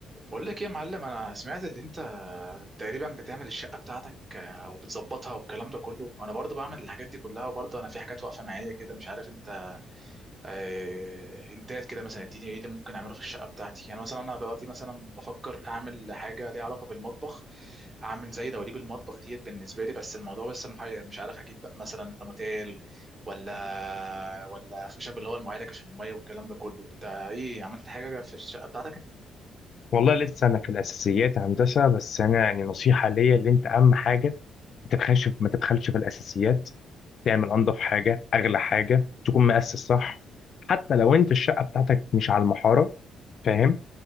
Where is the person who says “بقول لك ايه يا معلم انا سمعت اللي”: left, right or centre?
Right